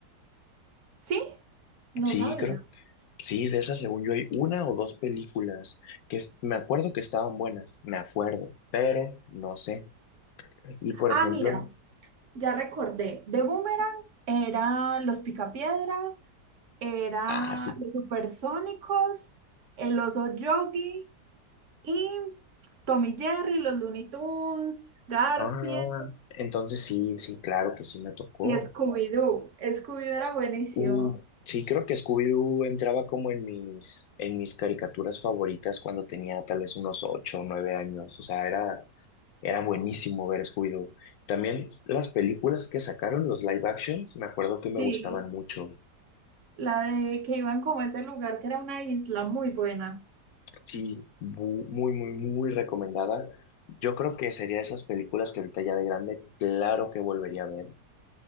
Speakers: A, on the right; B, on the left.
A: ¿Sí? No
B: Sí,
A: sabía.
B: creo, sí, de esas según yo hay una o dos películas que es- me acuerdo que estaban buenas, me acuerdo, pero no sé. Y por
A: Ah,
B: ejemplo,
A: mira, ya recordé. De Boomerang eran los Picapiedras, eran
B: así
A: los Supersónicos, el Oso Yogi y Tommy Jerry, los Looney Tunes, Garfield
B: Ah, entonces sí, sí, claro que sí me tocó.
A: y Scooby-Doo. Scooby-Doo era buenísimo.
B: Uh, sí, creo que Scooby-Doo entraba como en mis, en mis caricaturas favoritas cuando tenía tal vez unos ocho o nueve años. O sea, era, era buenísimo ver Scooby-Doo. También las películas que sacaron, los live actions, me acuerdo que me
A: Sí,
B: gustaban mucho.
A: la de que iban como a ese lugar que era una isla muy buena.
B: Sí, bu- muy, muy, muy recomendada. Yo creo que sería esas películas que ahorita ya de grande, claro que volvería a ver.